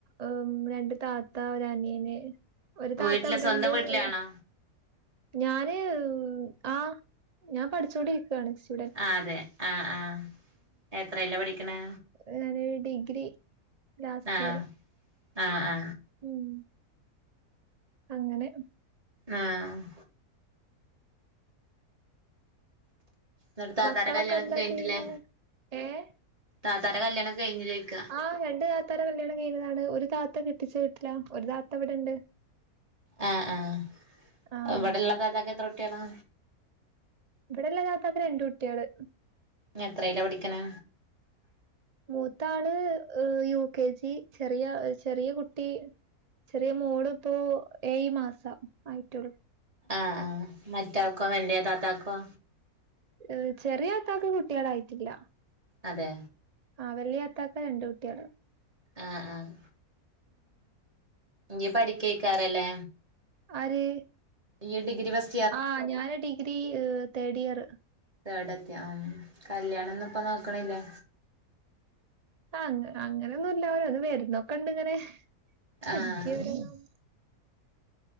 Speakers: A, on the right; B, on the right.
A: എ രണ്ട് താത്ത ഒരനിയന് ഒര് താത്ത
B: വീട്ടില്
A: വ്ടണ്ട്
B: സ്വന്തം വീട്ടിലാണോ
A: അ് ഞാന് ആഹ് ഞാം പഠിച്ചോണ്ടിരിക്കാണ് ശ്
B: ആഹ് തെ ആ ആ എത്രേലാ പടിക്ക്ണെ?
A: അ് ആന് ഡിഗ്രി ലാസ്‌റ്റിയർ
B: ആഹ് ആഹ് ആ
A: ഊം അങ്ങനെ ഉം
B: ആഹ്. ന്ന്ട് താത്താന്റെ
A: മക്കളൊക്കെ
B: കല്ല്യാണൊക്ക
A: എന്താ
B: കയ്ഞ്ഞിട്ട്ല്ലേ?
A: ചെയ്യണെ ഏഹ്
B: താത്താടെ കല്ല്യാണം കയ്ഞ്ഞില്ലേയ്ക്ക
A: ആഹ് രണ്ട് താത്താരെ കല്ല്യാണം കഴിഞ്ഞതാണ്. ഒര് താത്ത കെട്ടിച്ച വീട്ടിലാ ഒര് താത്ത വ്ടണ്ട്.
B: ആ ആഹ്
A: ആഹ്
B: വെടള്ള താത്താക്കെത്രൊട്ട്യളാ?
A: വെടള്ള താത്താക്ക് രണ്ടുട്ട്യേള്
B: ഞെത്രേല പടിക്ക്ണെ?
A: മൂത്താള് യു കെ ജി ചെറിയ ഇ ച് ചെറിയ കുട്ടി ചെറിയ മോള്പ്പോ ഏയ് മാസം ആയിട്ടെള്ളു
B: ആ ആഹ് മറ്റാൾക്കോ? വല്ല്യ താത്താക്കോ?
A: ഏ ചെറിയാത്താക്ക് കുട്ട്യളായിറ്റ്‌ല്ല.
B: അതേ
A: ആഹ് വല്യാത്താക്ക് രണ്ടുട്ട്യള്
B: ആ ആഹ് ങ്ങി പടിക്കെയ്ക്കാറല്ലേ
A: ആര്?
B: യ്യി ഡിഗ്രി വസ്
A: ആഹ് ഞാന് ഡിഗ്രി തേഡിയറ്
B: തേടത്ത്യൊ ആഹ് കല്യാണൊ ന്നുപ്പനോക്ക്ണ്ല്ലെ?
A: ആങ്ങ് അങ്ങനൊന്നുല്ലോരോന്ന് വെര്ന്നൊക്കണ്ട്ങ്ങനെ <inaudible>
B: ആഹ്